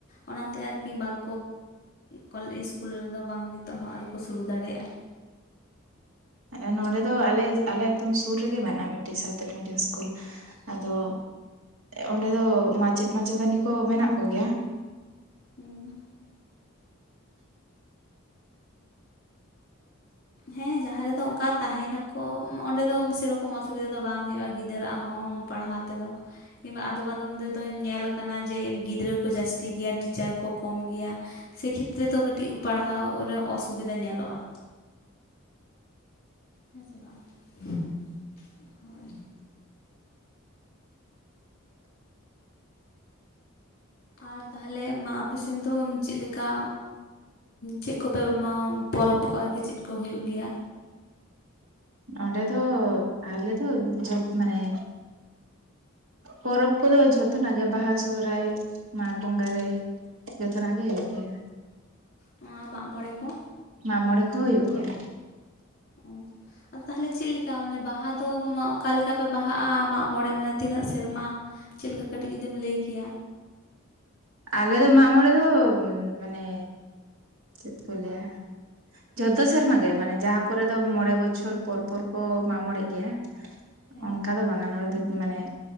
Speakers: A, on the left; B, on the right.
A: ᱚᱱᱟᱛᱮ ᱟᱨᱠᱤ ᱵᱟᱝ ᱠᱚ ᱤᱥᱠᱩᱞ ᱨᱮ ᱫᱚ ᱵᱟᱝ ᱱᱤᱛᱚᱜ ᱦᱚᱸ ᱟᱹᱣᱨᱤ ᱠᱚ ᱥᱩᱨᱩ ᱫᱟᱲᱮᱭᱟᱜᱼᱟ᱾
B: ᱚᱻ ᱱᱚᱸᱰᱮ ᱫᱚ ᱟᱞᱮ ᱟᱞᱮ ᱮᱠᱫᱚᱢ ᱥᱩᱨ ᱨᱮᱜᱮ ᱢᱮᱱᱟᱜᱼᱟ ᱢᱤᱫᱴᱤᱡ ᱥᱟᱣᱛᱟᱞᱤ ᱢᱤᱰᱤᱭᱟᱢ᱾ ᱤᱥᱠᱩᱞ ᱟᱫᱚ
A: ᱚ
B: ᱚᱸᱰᱮ ᱫᱚ ᱢᱟᱪᱮᱫ ᱢᱟᱪᱮᱛᱟᱹᱱᱤ ᱠᱚ ᱢᱮᱱᱟᱜ ᱠᱚᱜᱮᱭᱟ᱾
A: ᱦᱩᱸ᱾ ᱦᱮᱸ ᱡᱟᱦᱟ ᱨᱮᱫᱚ ᱚᱱᱠᱟ ᱛᱟᱦᱮᱸᱱᱟᱠᱚ ᱚᱸᱰᱮ ᱫᱚ ᱥᱮᱨᱚᱠᱚᱢ ᱚᱥᱩᱵᱤᱫᱷᱟ ᱫᱚ ᱵᱟᱝ ᱦᱳᱭᱳᱜᱼᱟ ᱜᱤᱫᱽᱨᱟᱹ ᱟᱜ ᱦᱚᱸ ᱯᱟᱲᱦᱟᱣ ᱛᱮᱫᱚ᱾ ᱠᱤᱢᱵᱟ ᱟᱫᱚᱢ ᱟᱫᱚᱢ ᱨᱮᱫᱚᱧ ᱧᱮᱞ ᱟᱠᱟᱱᱟ ᱡᱮ ᱜᱤᱫᱽᱨᱟᱹ ᱠᱚ ᱡᱟᱹᱥᱛᱤ ᱜᱮᱭᱟ ᱴᱤᱪᱟᱨ ᱠᱚ ᱠᱚᱢ ᱜᱮᱭᱟ᱾ ᱥᱮ ᱠᱷᱮᱛᱨᱮ ᱫᱚ ᱠᱟᱹᱴᱤᱡ ᱯᱟᱲᱦᱟᱣ ᱨᱮ ᱚᱥᱩᱵᱤᱫᱟ ᱧᱮᱞᱚᱜ-ᱟ᱾ ᱦᱮᱸ ᱥᱮ ᱵᱟᱝ? ᱮᱸ ᱦᱳᱭ᱾ ᱟᱨ ᱛᱟᱦᱟᱞᱮ ᱢᱟ ᱟᱯᱮ ᱥᱮᱫ ᱫᱚ ᱪᱮᱫ ᱞᱮᱠᱟ? ᱪᱮᱫ ᱠᱚᱯᱮ ᱯᱚᱨᱚᱵᱽ ᱠᱚ ᱟᱨᱠᱤ ᱪᱮᱫ ᱠᱚ ᱦᱩᱭᱩᱜ ᱜᱮᱭᱟ?
B: ᱚᱸᱰᱮ ᱫᱚ ᱟᱞᱮ ᱫᱚ ᱡᱷᱚᱛ ᱢᱟᱱᱮ ᱯᱚᱨᱚᱵᱽ ᱠᱚᱫᱚ ᱡᱷᱚᱛᱚᱱᱟᱜ ᱜᱮ ᱵᱟᱦᱟ ᱥᱚᱦᱚᱨᱟᱭ᱾ ᱢᱟᱜᱽ ᱵᱚᱸᱜᱟ ᱨᱮ ᱡᱚᱛᱚᱱᱟᱜ ᱜᱮ ᱦᱩᱭᱩᱜ ᱜᱮᱭᱟ᱾
A: ᱱᱚᱣᱟ ᱢᱟᱜ-ᱢᱚᱬᱮᱸ ᱠᱚ?
B: ᱢᱟᱜ-ᱢᱚᱬᱮᱸ ᱠᱚᱦᱚᱸ ᱦᱩᱭᱩᱜ ᱜᱮᱭᱟ᱾
A: ᱚ᱾ ᱟᱨ ᱛᱟᱦᱚᱞᱮ ᱪᱮᱫ ᱞᱮᱠᱟ ᱢᱟᱱᱮ ᱵᱟᱦᱟ ᱫᱚ ᱢᱟ ᱚᱠᱟ ᱞᱮᱠᱟ ᱯᱮ ᱵᱟᱦᱟᱜᱼᱟ ᱟ ᱢᱟᱜ-ᱢᱚᱬᱮᱸ ᱢᱟᱱᱮ ᱛᱤᱱᱟᱹᱜ ᱥᱮᱨᱢᱟ ᱪᱮᱫ ᱞᱮᱠᱟ ᱠᱟᱹᱴᱤᱡ ᱡᱩᱫᱤᱢ ᱞᱟᱹᱭ ᱠᱮᱭᱟ?
B: ᱟᱞᱮ ᱫᱚ ᱢᱟᱜ-ᱢᱚᱬᱮᱸ ᱫᱚ ᱢᱟᱱᱮ ᱪᱮᱫ ᱠᱚ ᱞᱮᱭᱟ ᱡᱷᱚᱛᱚ ᱥᱮᱨᱢᱟ ᱜᱮ ᱢᱟᱱᱮ ᱡᱟᱦᱟ ᱠᱚᱨᱮ ᱫᱚ ᱢᱚᱬᱮᱸ ᱵᱚᱪᱷᱚᱨ ᱯᱚᱨ ᱯᱚᱨ᱾ ᱠᱚ ᱢᱟᱜᱺᱢᱚᱬᱮᱸᱜ ᱜᱮᱭᱟ,
A: ᱦᱮᱸ
B: ᱚᱱᱠᱟ ᱫᱚ ᱵᱟᱝᱼᱟ ᱱᱚᱰᱮ ᱫᱚ ᱢᱟᱱᱮ